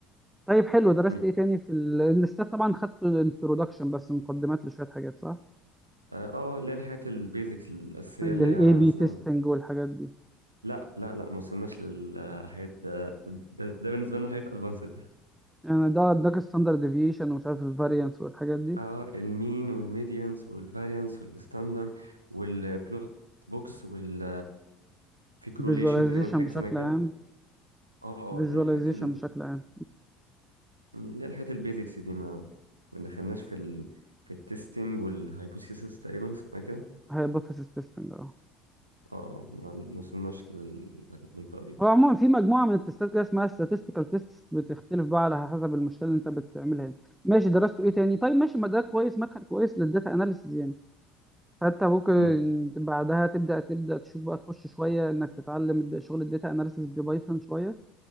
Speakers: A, in the centre; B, on the right.
A: طيب حلو درست
B: مم.
A: ايه تاني في ال- الاستاد طبعا خدت الانترودكشن بس مقدمات لشويه حاجات صح
B: اه آه، اللي هي الحاجات البيزكس الاساسيه
A: للاي
B: اللي هي
A: بي
B: مثلا
A: تيستنج والحاجات دي
B: لا لا لا ما وصلناش للحاجات ده ده, ده بالنسبه لنا حاجات ادفانسد
A: يعني ده اداك الستاندرد ديفيشن ومش عارف الفاريانس والحاجات دي
B: اه المين والميديانس والفاريانس والستاندرد والبلوت بوكس وال في كروليشن
A: فيجواليزيشن
B: تقريبا حاجه
A: بشكل
B: اسمها كده
A: عام
B: اه
A: فيجواليزيشن
B: اه اللي هي الحاجات ال...
A: بشكل عام
B: اللي هي الحاجات البيزكس دي ما ما دخلناش في ال... في التستنج والهايبوثيسيس تقريبا اسمها كده
A: هايبوثيسيس تيستنج اه
B: اه ما لا ما وصلناش للمنطقه دي
A: هو عموما في مجموعه من التستات كده اسمها statistical tests بتختلف بقى على حسب المشكله اللي انت بتعملها يعني ماشي درسته ايه تاني طيب ماشي ما ده كويس مدخل كويس للداتا اناليسيز يعني حتى ممكن
B: مم،
A: بعدها تبدا تبدا تشوف بقى تخش شويه انك تتعلم الد- شغل الداتا اناليسيس ببايثون شويه